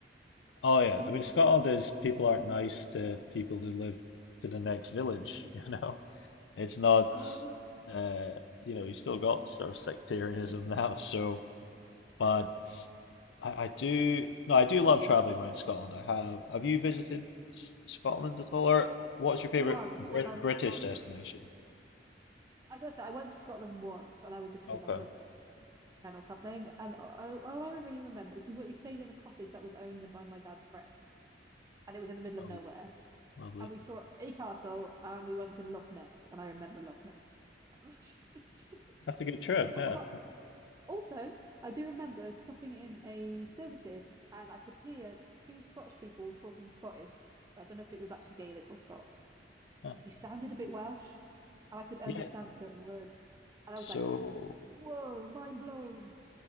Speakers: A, on the left; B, on the right.
A: oh yeah
B: Did
A: I
B: you
A: mean
B: not?
A: Scotland
B: Did they not?
A: is people aren't nice to people who live to the next village <laughs> you know it's not
B: Oh yeah.
A: uh you know you still got sort of sectarianism now so but I, I do no, I do love traveling around Scotland. I have. Have you visited S- Scotland at all, or what's your favorite
B: Once
A: Brit
B: when I was,
A: British destination?
B: I gotta say, I went to Scotland once, and I was a kid.
A: Okay,
B: I think I was like 10, 10 or something. And I- all I really remember is we we stayed in a cottage that was owned by my dad's friend, and it was in the middle
A: Lo-
B: of nowhere.
A: lovely.
B: and we saw a castle and we went to Loch Ness and I remember Loch Ness. <laughs>
A: That's a good trip. Yeah,
B: But also, I do remember stopping in a services and I could hear two Scottish people talking Scottish. I don't know if it was actually Gaelic or Scots,
A: huh
B: but they sounded a bit Welsh and I could understand
A: yeah.
B: certain words. And I
A: So
B: was like, whoa, mind blown.